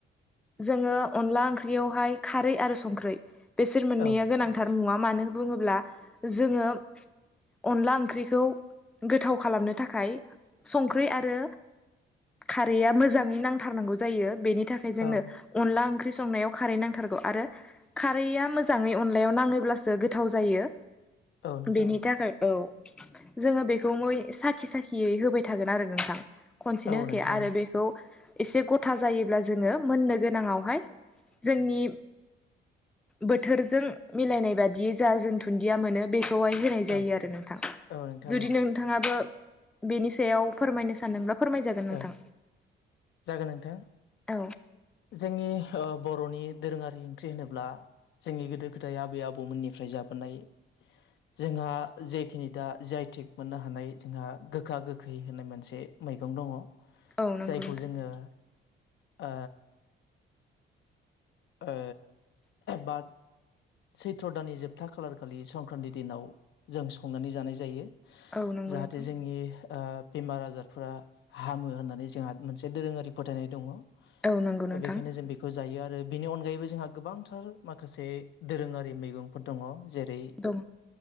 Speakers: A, in the centre; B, on the left.
A: जोङो अनला ओंख्रियावहाय खारै आरो संख्रै बेसोर मोननैया
B: औ
A: गोनांथार मुवा। मानो बुङोब्ला जोङो अनला ओंख्रिखौ गोथाव खालामनो थाखाय संख्रि आरो खारैया मोजाङै नांथारनांगौ जायो बेनि थाखाय जोंनो
B: औ
A: अनला ओंख्रि ओंख्रि संनायाव खारै नांथारगौ आरो खारैया मोजाङै अनलायाव नाङोब्लासो गोथाव जायो।
B: औ नोंथां
A: बेनि थाखाय औ। जोङो बेखौ मै साखि साखियै होबाय थागोन आरो नोंथां। खनसेनो
B: औ नोंथां
A: होखाया आरो बेखौ एसे गथ था जायोब्ला जोङो मोननो गोनाङावहाय जोंनि बोथोरजों मिलायनाय बादियै जा जों दुन्दिया मोनो बे खौहाय होनाय
B: औ
A: जायो आरो नोंथा।
B: औ औ नोंथां
A: जुदि
B: औ
A: नोंथाङाबो बेनि सायाव फोरमायनो सानदोंब्ला फोरमायजागोन नोंथां
B: ओ जागोन नोंथां
A: औ
B: जोंनि ओ बर'नि दोरोङारि ओंख्रि होनोब्ला जोंनि गोदो गोदाय आबै आबौमोननिफ्राय जाबोनाय जोंहा जेखिनि दा जाय थिग मोननो हानाय जोंहा गोखा गोखै होननाय मोनसे मैगं दङ
A: औ नंगौ
B: जायखौ
A: नोंथां
B: जोङो ओ ओ बाद सैथ्र' दाननि जोबथा खालार खालि संक्रान्ति दिनाव जों संनानै जानाय जायो।
A: औ नंगौ
B: जाहाथे
A: नोंथां
B: जोंनि ओ बेमार आजारफोरा हामो होननानै जोंहा मोनसे दोरोङारि फोथायनाय दङ।
A: औ नंगौ
B: दा
A: नोंथां।
B: बेखायनो जों बेखौ जायो आरो बेनि अनगायैबो जोंहा गोबांथार माखासे दोरोङारि मैगंफोर दङ। जेरै
A: दङ